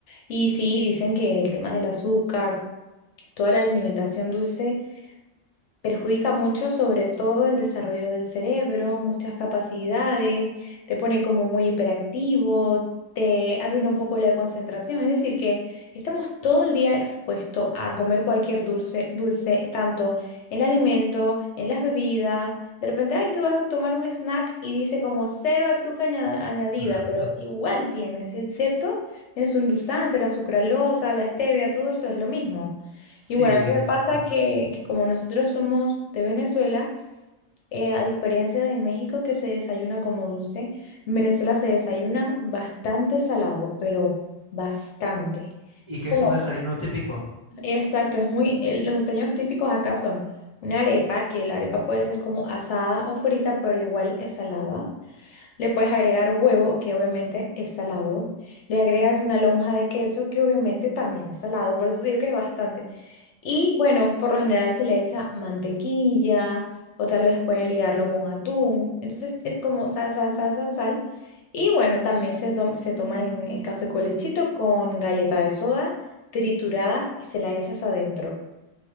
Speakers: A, on the left; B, on the right.
A: Y sí, dicen que el tema del azúcar, toda la alimentación dulce Perjudica mucho sobre todo el desarrollo del cerebro, muchas capacidades, te pone como muy hiperactivo, te arruina un poco la concentración. Es decir, que estamos todo el día expuestos a comer cualquier dulce, dulce, tanto en el alimento, en las bebidas. De repente, ay, tú vas a tomar un snack y dice como cero azúcar añada- añadida,
B: <laughs>
A: pero igual tienes, ¿sí ¿cierto? Tienes un endulzante, la sucralosa, la stevia, todo eso es lo mismo.
B: Sí,
A: Y bueno, a mí
B: exacto.
A: me pasa que, que como nosotros somos de Venezuela, eh, a diferencia de México que se desayuna como dulce, en Venezuela se desayuna bastante salado, pero bastante.
B: ¿Y
A: Es
B: qué
A: como,
B: es un desayuno típico?
A: exacto, es muy, eh, los desayunos típicos acá son una arepa, que la arepa puede ser como asada o frita, pero igual es salada. Le puedes agregar huevo, que obviamente es salado. Le agregas una lonja de queso, que obviamente también es salado, por eso digo que es bastante. Y bueno, por lo general se le echa mantequilla o tal vez pueden ligarlo con atún. Entonces es como sal, sal, sal, sal, sal. Y bueno, también se, tom- se toma el el café con lechito con galleta de soda triturada y se la echas adentro.